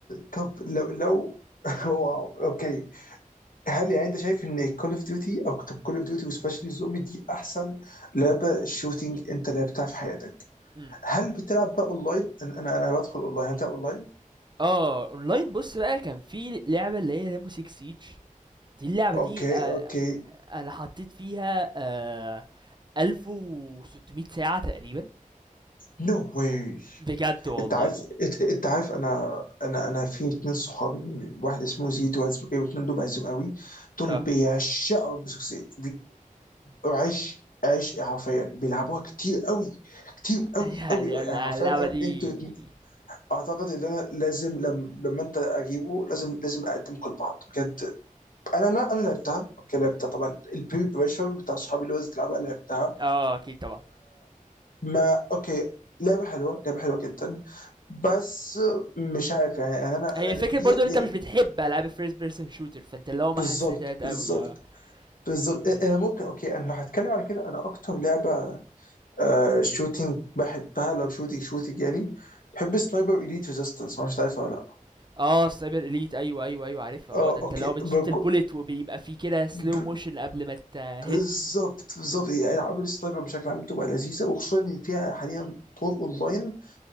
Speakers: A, on the left; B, on the right.
A: طب لو لو <laughs> واو اوكي هل يعني انت شايف ان كول اوف ديوتي او طب كول اوف ديوتي وسبيشلي الزومبي دي احسن لعبه شوتينج انت لعبتها في حياتك
B: امم
A: هل بتلعب بقى اونلاين انا انا أنا بدخل اونلاين هل بتلعب اونلاين
B: اه اونلاين بص بقى كان في لعبة اللي هي ريمبو 6 سيج دي اللعبة
A: اوكي
B: دي آه
A: اوكي
B: انا حطيت فيها آه 1600 ساعة تقريبا
A: نو واي
B: بجد والله
A: انت عارف انت انت عارف انا انا انا في اتنين صحابي واحد اسمه زيد وواحد اسمه ايه واتنين دول بعزهم قوي دول
B: اه
A: بيعشقوا بيسك سيد عش عش حرفيا بيلعبوها كتير قوي كتير قوي
B: يعني
A: قوي
B: ال-
A: يعني
B: اللعبة
A: حرفيا
B: دي
A: انتوا الاتنين- اعتقد ان انا لازم لما لما انت اجيبه لازم لازم اقدمكم لبعض بجد انا انا انا لعبتها اوكي لعبتها طبعا البري بريشر بتاع صحابي اللي هو لعبها لعبتها
B: اه اكيد طبعا
A: ما اوكي لعبه حلوه لعبه حلوه جدا بس مش عارف يعني يعني انا
B: هي
A: انا
B: فكرة
A: دي
B: برضو ان
A: دي
B: انت مش بتحب العاب الفيرست بيرسون شوتر فانت اللي هو
A: بالظبط
B: ما حسيتهاش قوي
A: بالظبط
B: اه
A: بالظبط
B: م- م.
A: انا ممكن اوكي انا لو هتكلم على كده انا اكتر لعبه آه شوتينج بحبها لو شوتينج شوتينج يعني بحب سنايبر اليت ريزيستنس ما اعرفش تعرفها ولا لا
B: اه سايبر اليت ايوه ايوه ايوه عارفها اه
A: اه
B: ده انت
A: اوكي
B: اللي هو بتشوت
A: بك-
B: البوليت وبيبقى فيه كده سلو
A: ب-
B: موشن قبل ما تهت
A: بالظبط بالظبط يعني العاب السنايبر بشكل عام بتبقى لذيذه وخصوصا ان فيها حاليا طور اونلاين